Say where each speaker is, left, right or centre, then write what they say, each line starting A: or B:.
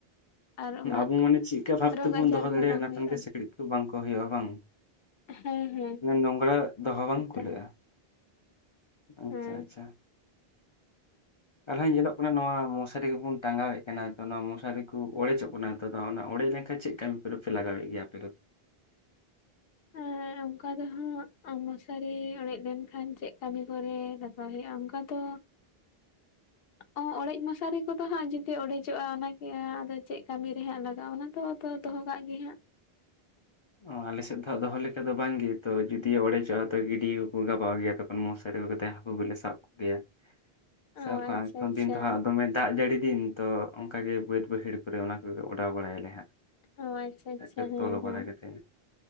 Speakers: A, on the left; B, on the left.
A: ᱟᱨ ᱩᱱᱟᱹᱜ
B: ᱟᱵᱚ ᱢᱟᱱᱮ ᱪᱮᱫᱠᱟ ᱵᱷᱟᱵᱽ
A: ᱨᱳᱜᱽ
B: ᱛᱮᱵᱚᱱ
A: ᱟᱡᱟᱨ
B: ᱫᱚᱦᱚ ᱫᱟᱲᱮᱭᱟᱜᱼᱟ
A: ᱠᱚ ᱵᱟᱝ ᱦᱩᱭᱩᱜᱼᱟ
B: ᱠᱷᱟᱱ ᱜᱮ ᱥᱤᱠᱬᱤᱡ ᱠᱚ ᱵᱟᱝ ᱠᱚ ᱦᱩᱭᱩᱜᱼᱟ ᱵᱟᱝ
A: ᱦᱮᱸ ᱦᱮᱸ
B: ᱱᱚᱝᱨᱟ ᱫᱚᱦᱚ ᱵᱟᱝ
A: ᱮᱠᱫᱚᱢ
B: ᱠᱩᱞᱟᱹᱜᱼᱟ ᱟᱪᱪᱷᱟ
A: ᱦᱮᱸ
B: ᱟᱪᱪᱷᱟ ᱛᱟᱞᱦᱟ ᱧᱮᱞᱚᱜ ᱠᱟᱱᱟ ᱱᱚᱣᱟ ᱢᱚᱥᱟᱨᱤ ᱠᱚᱵᱚᱱ ᱴᱟᱸᱜᱟᱣᱮᱫ ᱠᱟᱱᱟ ᱱᱚᱣᱟ ᱢᱚᱥᱟᱨᱤ ᱠᱚ ᱠᱚ ᱚᱲᱮᱡᱚᱜ ᱠᱟᱱᱟ ᱱᱮᱛᱚᱜ ᱫᱚ ᱚᱱᱟ ᱚᱲᱮᱡ ᱞᱮᱱᱠᱷᱟᱱ ᱪᱮᱫ ᱠᱟᱹᱢᱤ ᱯᱮ ᱯᱮ ᱞᱟᱜᱟᱣᱮᱫ ᱜᱮᱭᱟ ᱟᱯᱮ ᱠᱚᱫᱚ <inaudible>
A: ᱦᱮᱸ ᱚᱱᱠᱟ ᱫᱚ ᱦᱟᱸᱜ ᱢᱚᱥᱟᱨᱤ ᱚᱲᱮᱡ ᱞᱮᱱᱠᱷᱟᱱ ᱪᱮᱫ ᱠᱟᱹᱢᱤ ᱠᱚᱨᱮ ᱞᱟᱜᱟᱣ ᱦᱩᱭᱩᱜᱼᱟ ᱚᱱᱠᱟ ᱫᱚ
B: <inaudible>
A: ᱚ ᱚᱲᱮᱡ ᱢᱚᱥᱟᱨᱤ ᱠᱚᱫᱚ ᱦᱟᱸᱜ ᱡᱩᱫᱤ ᱚᱲᱮᱡᱚᱜᱼᱟ ᱚᱱᱟᱜᱮ ᱟᱫᱚ ᱪᱮᱫ ᱠᱟᱹᱢᱤ ᱨᱮ ᱦᱟᱸᱜ ᱞᱟᱜᱟᱣᱜᱼᱟ ᱚᱱᱟ ᱫᱚ ᱟᱫᱚ ᱫᱚᱦᱚ ᱠᱟᱜ ᱜᱮ ᱦᱟᱸᱜ
B: ᱚ ᱟᱞᱮᱥᱮᱫ ᱫᱚᱦᱟᱜ ᱫᱚᱦᱚ ᱞᱮᱠᱟ ᱫᱚ ᱵᱟᱝᱜᱮ ᱛᱚ ᱡᱩᱫᱤᱭᱤ ᱚᱲᱮᱡᱚᱜᱼᱟ ᱛᱚ ᱜᱤᱰᱤ ᱠᱚᱠᱚ ᱜᱟᱵᱟᱣ ᱜᱮᱭᱟ ᱛᱚ ᱢᱚᱥᱟᱨᱤ ᱟᱹᱜᱩ ᱠᱟᱛᱮ ᱦᱟᱹᱠᱩ ᱜᱮᱞᱮ ᱥᱟᱵ ᱠᱚ ᱜᱮᱭᱟ ᱥᱮ
A: ᱚ
B: ᱚᱠᱟ
A: ᱟᱪᱪᱷᱟ ᱟᱪᱪᱷᱟ
B: ᱫᱤᱱ ᱫᱚ ᱦᱟᱸᱜ ᱫᱚᱢᱮ ᱫᱟᱜ ᱡᱟᱹᱲᱤ ᱫᱤᱱ ᱛᱚ ᱚᱱᱠᱟᱜ ᱜᱮ ᱵᱟᱹᱫ ᱵᱟᱹᱭᱦᱟᱹᱲ ᱠᱚᱨᱮ ᱚᱱᱟ ᱠᱚᱜᱮ ᱚᱰᱟᱣ ᱵᱟᱲᱟᱭᱟᱞᱮ ᱦᱟᱸᱜ
A: ᱚ ᱟᱪᱪᱷᱟ ᱟᱪᱪᱷᱟ
B: ᱟᱪ ᱪᱷᱟ
A: ᱦᱮᱸ
B: ᱛᱚᱞ
A: ᱦᱮᱸ
B: ᱵᱟᱲᱟ ᱠᱟᱛᱮᱫ